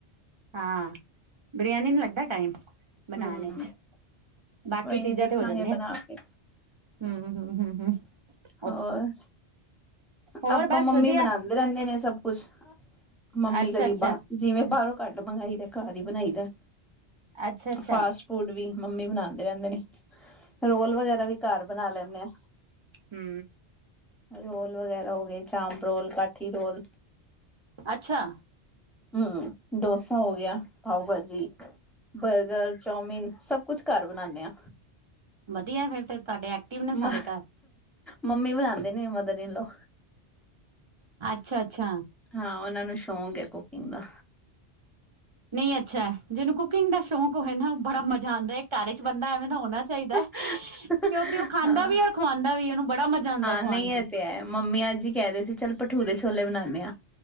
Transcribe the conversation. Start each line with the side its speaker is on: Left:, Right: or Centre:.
Right: ਹਾਂ, ਬਰਿਆਨੀ ਨੂੰ ਲੱਗਦਾ ਟਾਈਮ। ਬਣਾਣ
Centre: ਹਮ
Right: ਵਿੱਚ, ਬਾਕੀ
Centre: ਕੋਈ
Right: ਚੀਜ਼ਾਂ
Centre: ਨੀ ਦੇਖਾਂਗੇ
Right: ਤੇ ਹੋ ਜਾਂਦੀਆਂ।
Centre: ਬਣਾ ਕੇ
Right: ਹੂੰ-ਹੂੰ-ਹੂੰ-ਹੂੰ
Centre: ਹੋਰ,
Right: ਹੋਰ
Centre: ਪਾਪਾ
Right: ਬਸ
Centre: ਮੰਮੀ
Right: ਵਧੀਆ
Centre: ਬਣਾਦੇ ਰਹਿੰਦੇ ਨੇ ਸਭ ਕੁਛ, ਮੰਮੀ
Right: ਅੱਛਾ
Centre: ਕਦੀ
Right: ਅੱਛਾ
Centre: ਬਾ ਜਿਵੇਂ ਬਾਹਰੋਂ ਘੱਟ ਮੰਗਾਈ ਦਾ, ਘਰ ਹੀ ਬਣਾਈ ਦਾ,
Right: ਅੱਛਾ ਅੱਛਾ
Centre: ਫਾਸਟ ਫੂਡ ਵੀ ਮੰਮੀ ਬਣਾਂਦੇ ਰਹਿੰਦੇ ਨੇ, ਰੋਲ ਵਗੈਰਾ ਵੀ ਘਰ ਬਣਾ ਲੈਂਨੇ ਆ।
Right: ਹੂੰ।
Centre: ਰੋਲ ਵਗੈਰਾ ਹੋ ਗਏ, ਚਾਂਪ ਰੋਲ, ਕਾਠੀ ਰੋਲ
Right: ਅੱਛਾ।
Centre: ਹੂੰ, ਡੋਸਾ ਹੋ ਗਿਆ, ਪਾਓ ਭਾਜੀ। ਬਰਗਰ, ਚੌਮਿਨ ਸਭ ਕੁਛ ਘਰ ਬਣਾਣੇ ਆਂ।
Right: ਵਧੀਆ ਏ ਫਿਰ, ਤੇ ਤੁਹਾਡੇ ਐਕਟਿਵ ਨੇ
Centre: ਮ
Right: ਸਾਰੇ ਘਰ।
Centre: ਮੰਮੀ ਬਣਾਂਦੇ ਨੇ, ਮਦਰ ਇਨ ਲੋਅ।
Right: ਅੱਛਾ-ਅੱਛਾ।
Centre: ਹਾਂ, ਉਹਨਾਂ ਨੂੰ ਸ਼ੌਕ ਐ ਕੁਕਿੰਗ ਦਾ।
Right: ਨਈ ਅੱਛਾ ਐ, ਜਿਹਨੂੰ ਕੁਕਿੰਗ ਦਾ ਸ਼ੌਕ ਹੋਵੇ ਨਾ ਬੜਾ ਮਜ਼ਾ ਆਂਦਾ, ਘਰ ਵਿੱਚ ਬੰਦਾ ਐਵੇਂ ਦਾ ਹੋਣਾ ਚਾਹੀਦਾ।
Centre: ਹਾਂ-ਹਾਂ,
Right: ਕਿਉਂਕਿ ਉਹ ਖਾਂਦਾ ਵੀ ਔਰ ਖਵਾਉਂਦਾ ਵੀ ਉਹਨੂੰ ਬੜਾ ਮਜ਼ਾ ਆਉਂਦਾ ਖਵਾਉਣ
Centre: ਨਈ ਇਹ ਤੇ ਹੈ, ਮੰਮੀ ਅੱਜ ਕਹਿ ਰਹੇ ਸੀ ਚੱਲ ਭਠੂਰੇ ਛੋਲੇ ਬਣਾਣੇ ਆਂ,